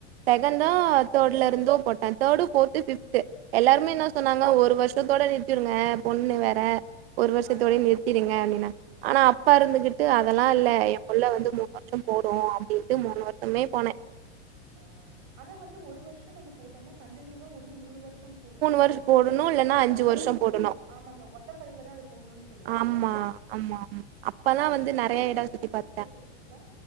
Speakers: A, on the right; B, on the right.
A: செகண்டோ
B: சேரி சேரிங்க
A: தேர்ட்ல இருந்தோ போட்டே தேர்டு ஃபோர்த் தத்து ஃபிஃப்த்து எல்லாருமே என்ன
B: ஓகே
A: சொன்னாங்க ஒரு வர்ஷத்தோட நிறுத்திடுங்க பொண்ணு வேற ஒரு வர்ஷத்தோடே
B: அதா அதா
A: நிறுத்திருங்க அப்டினாங்க ஆனா அப்பா இருந்துகிட்டு அதெல்லா இல்ல எ புள்ள வந்து மூணு வர்ஷ போடு அப்டின்ட்டு மூணு வர்ஷமுமே போனே
B: ஆ ஆனா வந்து ஒரு வர்ஷ நம்ம போட்டம்னா கண்டினியூ வா ஒன்னு மூணு வர்ஷம் போட்டு மூணு
A: வருஷோ
B: வர்ஷ
A: போடணு இல்லன்னா
B: மூணு
A: அஞ்சு
B: வர்ஷ
A: வருஷோ
B: நம்ம போட்ண்
A: போடணு
B: ஆமாங்க ஒத் ஒத்த படைல தா அது போடணுன் சொல்லுவாங்க
A: ஆமா ஆமா ஆமா அப்பதா
B: நீங்க வந்து
A: நெறைய
B: ஓம்
A: எடோ
B: சக்திக்கெல்லா
A: சுத்தி பாத்துட்டே
B: போட்ருக் கீங்ளா